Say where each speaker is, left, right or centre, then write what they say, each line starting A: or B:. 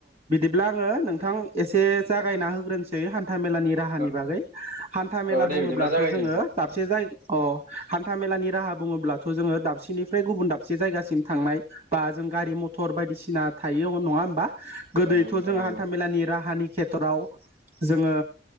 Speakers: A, on the right; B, on the right.
A: ब्लाआङो नोंथां एसे जागायना होग्रोनोसै था मेलानि राहानि
B: औ
A: बागै हान्था मेला
B: औ दे
A: बुङोब्लाथ'
B: बिदिब्ला जागायदो
A: जोङो
B: नोंथां
A: दाबसे जायग अ हान्था मेलानि राहा बुङोब्लाथ' जोङो दाबसेनिफ्राय गुबुन दाबसे जायगासिम थांनाय। बा जों गारि मथर बायदिसिना थायो नङा होमबा गोदोयथ'
B: औ नोंथां
A: जों
B: औ
A: हान्था मेलानि राहानि खेथ्र'आव जोङो